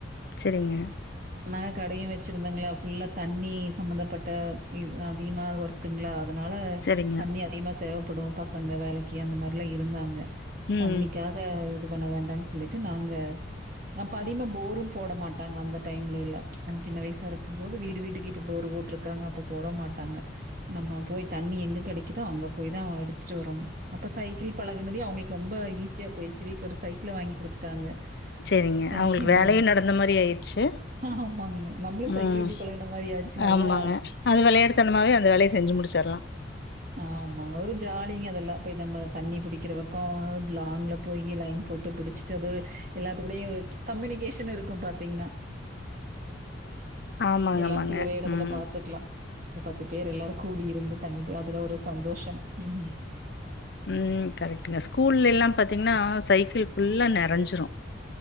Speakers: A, on the left; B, on the right.
A: செரிங்க
B: நா கடையும் வச்சுருந்தாங்களா ஃபுல்லா தண்ணி சம்மந்தப்பட்ட இது அதிகமா ஒர்க்குங்களா அதனால
A: செரிங்க
B: தண்ணி அதிகமா தேவைப்படு பசங்க வேலைக்கு அந்த மாரிலா இருந்தாங்க
A: ம்
B: தண்ணிக்காக இது பண்ண வேண்டானு சொல்லிட்டு நாங்க அப்போ அதிகமாக போரும் போட மாட்டாங்க அந்த டைம்லலா நாங்க சின்ன வயசா இருக்கும் போது வீடு வீட்டுக்கு இப்போ போர் போட்ருக்காங்க அப்போ போட மாட்டாங்க நம்ம போய் தண்ணி எங்க கெடைக்கக்குதோ அங்க போய் தா எடுத்துட்டு வரணு அப்போ சைக்கிள் பழகனதையும் அவ்ங்களுக்கு ரொம்ப ஈஸியாக போய்டுச்சு வீட் ஒரு சைக்கிள வாங் குடுத்துட்டாங்க
A: செரிங்க
B: சைக்கிள்ல
A: அவ்ங்களுக்கு வேலையு நடந்த மாரி ஆயிடுச்சு
B: ஆமாங்க. நம்மளும் சைக்கிள்
A: உம்
B: ஓட்டி பழகுன மாரி ஆச்சு. நல்லா
A: ஆமாங்க அது வெளயாட்டுத்தனமாவே அந்த வேலைய செஞ்சு முடிச் சரலா
B: ஆமாங்க ஒரு ஜாலிங்க அதெல்லா போய் நம்ம தண்ணி புடிக்கிற பக்கம் லாங்ல போயி லைன் போட்டு புடிச் சது எல்லாத்து கூடயு கம்யூனிகேஷன் இருக்கு பாத்தீங்கன்னா
A: ஆமாங்க
B: எல்லாரத்தியு
A: ஆமாங்க
B: ஒரே எடத்துல
A: ம்
B: பாத்துக்கலா ஒரு பத்து பேர் எல்லாரு கூடி இருந்து தண்ணி ப அதுல ஒரு சந்தோஷ உம்
A: உம் கரெட்டுங்க ஸ்கூல்ல எல்லாம் பாத்தீங்கன்னா சைக்கிள் ஃபுல்லா நெறஞ்சிரு